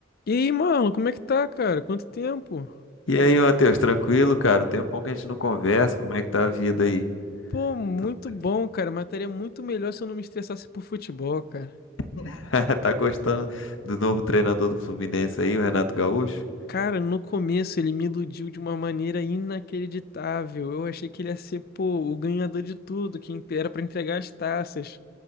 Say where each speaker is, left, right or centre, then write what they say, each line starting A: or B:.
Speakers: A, on the left; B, on the left.
A: E aí, Marlon, como é que tá, cara? Quanto tempo?
B: E aí, Matheus, tranquilo, cara? Tem um pouco que a gente não conversa. Como é que tá a vida aí?
A: Pô, muito
B: Tu
A: bom, cara. Mas muito melhor se eu não me estressasse por futebol, cara.
B: <laughs> tá gostando do novo treinador do Fluminense aí, o Renato Gaúcho?
A: Cara, no começo ele me iludiu de uma maneira inacreditável. Eu achei que ele ia ser, pô, o ganhador de tudo, que era pra entregar as taças.